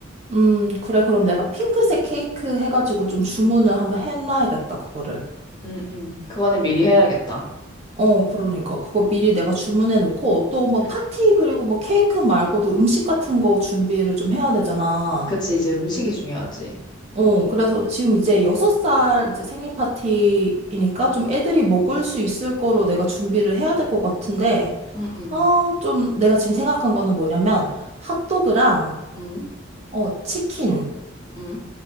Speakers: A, on the right (about 30°); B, on the left (about 20°).
A: 음, 그래, 그럼 내가 핑크색 케이크 해가지고 좀 주문을 한번 해놔야겠다, 그거를.
B: 음, 음, 그거는 미리 해야겠다.
A: 어, 그러니까. 그거 미리 내가 주문해 놓고, 또 뭐
B: 음,
A: 파티, 그리고 뭐 케이크 말고도 음식 같은 거 준비를 좀 해야 되잖아.
B: 그치. 이제 음식이 중요하지.
A: 어, 그래서 지금 이제 여섯 살 이제 생일 파티이니까 좀 애들이 먹을 수 있을 거로 내가 준비를 해야 될 것 같은데,
B: 음, 음,
A: 어, 좀 내가 지금 생각한 거는 뭐냐면, 핫도그랑,
B: 음,
A: 어, 치킨,
B: 음,